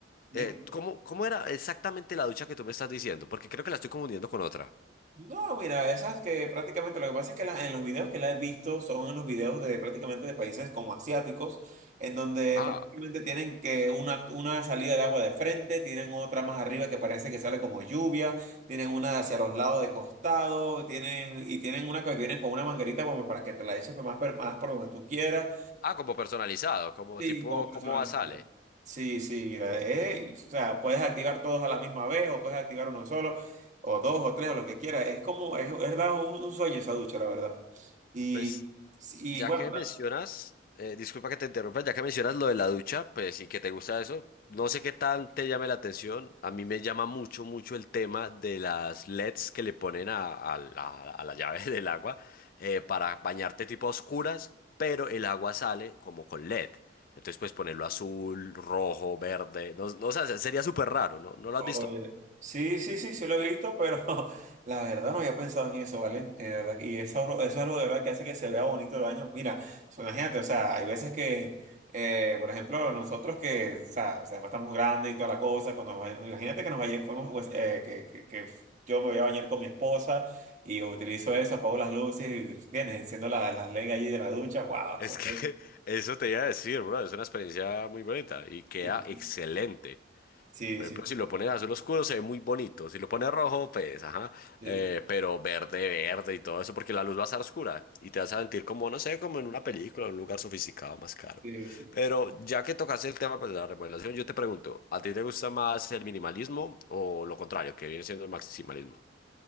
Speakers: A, on the right; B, on the left.
A: dime.
B: eh, ¿cómo, cómo era exactamente la ducha que tú me estás diciendo? Porque creo que la estoy confundiendo con otra.
A: No, mira, esas que prácticamente lo que pasa es que la- en los videos que la he visto son en los videos de prácticamente de países como asiáticos, en donde
B: Ah,
A: prácticamente tienen que una, una salida de agua de frente, tienen otra más arriba que parece que sale como lluvia, tienen una hacia los lados de costado, tienen, y tienen una que vienen con una manguerita como para que te la eches más, per- más por donde tú quieras.
B: ah, como personalizado, como
A: Sí,
B: tipo,
A: como personalizado.
B: ¿cómo sale?
A: Sí, sí, mira, eh, o sea, puedes activar todos a la misma vez o puedes activar uno solo o dos o tres o lo que quieras. Es como, es es verdad, un, un sueño esa ducha, la verdad. Y,
B: Pues
A: y
B: ya
A: bueno,
B: que mencionas, eh, disculpa que te interrumpa, ya que mencionas lo de la ducha, pues sí que te gusta eso, no sé qué tal te llame la atención, a mí me llama mucho, mucho el tema de las LEDs que le ponen a, a la, a la llave <laughs> del agua eh, para bañarte tipo a oscuras, pero el agua sale como con LED. Entonces puedes ponerlo azul, rojo, verde, no, no, o sea, sería súper raro, ¿no? ¿No lo has
A: Oye,
B: visto?
A: sí, sí, sí, sí lo he visto, pero <laughs> la verdad no había pensado en eso, ¿vale? Eh, de verdad, y eso, eso es algo de verdad que hace que se vea bonito el baño. Mira, so, imagínate, o sea, hay veces que, eh, por ejemplo, nosotros que, o sea, o sea, estamos grandes y toda la cosa, cuando, va- imagínate que nos vaya- fuimos, pues, eh, que, que, que yo me voy a bañar con mi esposa y utilizo eso, apago las luces y, tienes, enciendo las la LED allí de la ducha, wow.
B: Es
A: o
B: que <laughs> eso te iba a decir, bro, es una experiencia muy bonita y queda
A: sí,
B: excelente.
A: sí,
B: Por
A: sí,
B: ejemplo, si
A: sí,
B: lo pones azul oscuro se ve muy bonito, si lo pones rojo, pues, ajá,
A: sí,
B: eh, pero verde, verde y todo eso, porque la luz va a estar oscura y te vas a sentir como, no sé, como en una película, en un lugar sofisticado, más caro.
A: sí. sí.
B: Pero ya que tocaste el tema pues, de la remodelación, yo te pregunto, ¿a ti te gusta más el minimalismo o lo contrario, que viene siendo el maximalismo?